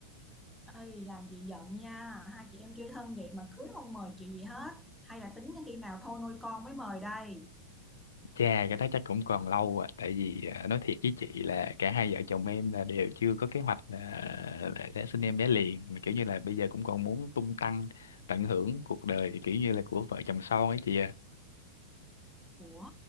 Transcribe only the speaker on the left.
Chà cái đó chắc cũng còn lâu à tại vì à, nói thiệt với chị là cả hai vợ chồng em là đều chưa có kế hoạch là, là sẽ sinh em bé liền mà kiểu như là bây giờ cũng còn muốn tung tăng tận hưởng cuộc đời kiểu như là của vợ chồng son ấy chị à.